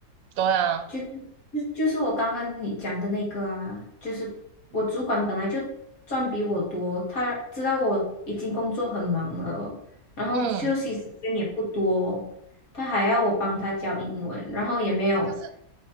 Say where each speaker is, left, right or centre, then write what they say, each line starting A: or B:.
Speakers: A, on the right; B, on the left.
A: 对啊，
B: 就是就就是我刚刚你讲的那个啊，就是我主管本来就赚比我多，
A: 嗯
B: 他知道我已经工作很忙了，然后休息时间也不多，
A: 嗯
B: 他还要我帮他教英文，然后也没有，
A: 就是